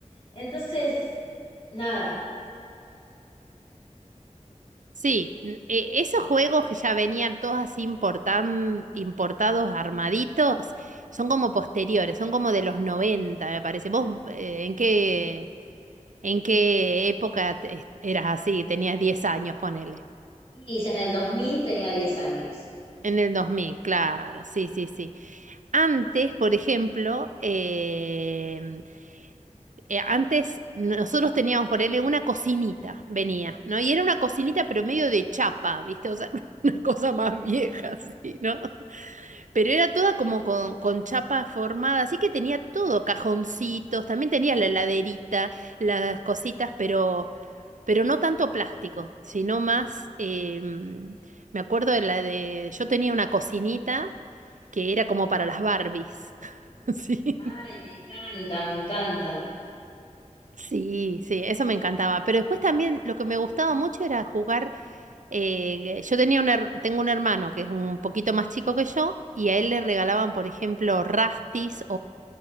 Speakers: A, on the left; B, on the right.
A: Entonces, nada,
B: Sí, n- e- esos juegos que ya venían todos así importan, importados, armaditos, son como posteriores, son como de los 90 me parece. ¿Vos eh, en qué, en qué época te- eras así? Tenías 10 años, ponele.
A: Y en el 2000 tenía 10 años.
B: En el 2000, claro, sí, sí, sí. Antes, por ejemplo, em, eh, antes nosotros teníamos, ponele, una cocinita, venía, ¿no? Y era una cocinita, pero medio de chapa, ¿viste? O sea, <laughs> una cosa más vieja, sí, ¿no? Pero era toda como con, con chapa formada, así que tenía todo, cajoncitos, también tenía la heladerita, las cositas, pero, pero no tanto plástico, sino más, em, me acuerdo de la de, yo tenía una cocinita que era como para las Barbies. <laughs> Sí.
A: Ay, me encantan, me encantan.
B: Sí, sí, eso me encantaba. Pero después también lo que me gustaba mucho era jugar. eh, yo tenía un her- tengo un hermano que es un poquito más chico que yo y a él le regalaban, por ejemplo, rastis